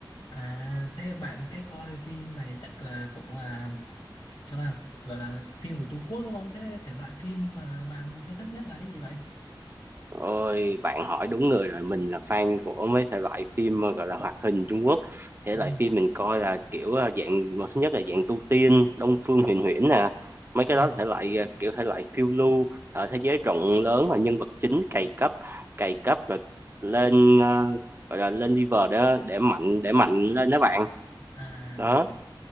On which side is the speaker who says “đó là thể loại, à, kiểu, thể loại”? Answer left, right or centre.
Right